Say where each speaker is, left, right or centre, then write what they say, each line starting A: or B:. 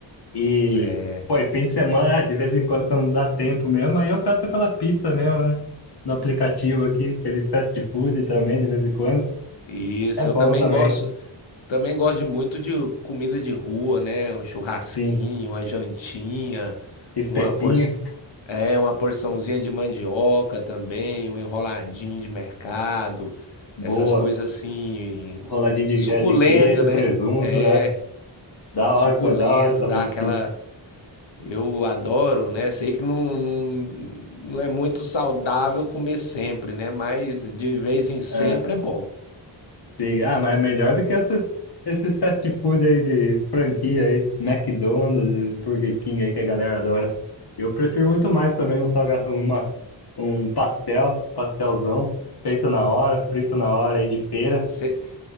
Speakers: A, on the left (about 55°); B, on the left (about 75°).
A: E,
B: É,
A: pô, e fim de semana, né, de vez em quando, quando dá tempo mesmo, aí eu peço aquela pizza mesmo, né? No aplicativo aqui, aquele fast food também, de vez em quando.
B: isso,
A: É bom
B: eu também
A: também,
B: gosto, também gosto de muito de comida de rua, né? Um churrasquinho,
A: sim.
B: uma jantinha,
A: Espetinho,
B: uma por... é, uma porçãozinha de mandioca também, um enroladinho de mercado,
A: boa.
B: essas coisas assim,
A: Roladinha de,
B: suculenta,
A: é, de queijo,
B: né?
A: presunto,
B: É,
A: é. Da
B: suculento,
A: hora, foi da hora também,
B: dá aquela
A: sim.
B: Eu adoro, né? Sei que não, não, não é muito saudável comer sempre, né? Mas de vez em sempre
A: É,
B: é bom.
A: sim. Ah, mas é melhor do que essas, esses fast food aí de franquia aí, McDonald's, e Burger King aí que a galera adora. Eu prefiro muito mais também um salgado, uma, um pastel, pastelzão, feito na hora, frito na hora aí de feira.
B: Você